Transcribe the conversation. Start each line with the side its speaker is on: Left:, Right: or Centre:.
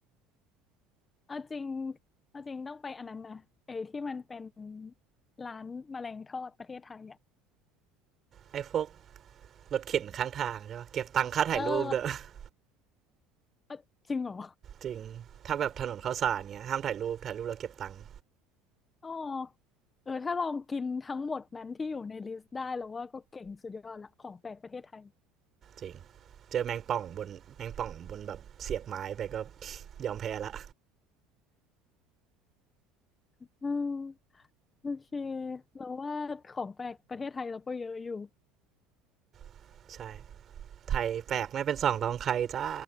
Left: เอาจริงเอาจริงต้องไปอันนั้นนะไอ้ที่มันเป็นร้านแมลงทอดประเทศไทยอ่ะ
Right: ไอ้พวกรถเข็นข้างทางใช่ปะเก็บตังค่าถ่ายรูปเด้อ
Left: เออ
Right: <laughs>
Left: เอ้อจริงเหรอ
Right: จริงถ้าแบบถนนข้าวสารเงี้ยห้ามถ่ายรูปถ่ายรูปแล้วเก็บตังค์
Left: อ๋อเออถ้าลองกินทั้งหมดนั้นที่อยู่ในลิสต์ได้แล้วว่าก็เก่งสุดยอดละของแปลกประเทศไทย
Right: จริงเจอแมงป่องบนแมงป่องบนแบบเสียบไม้ไปก็ยอมแพ้ละ
Left: อืมโอเคเราว่าของแปลกประเทศไทยเราก็เยอะอยู่
Right: <laughs> ใช่ไทยแปลกไม่เป็นสองรองใครจ้า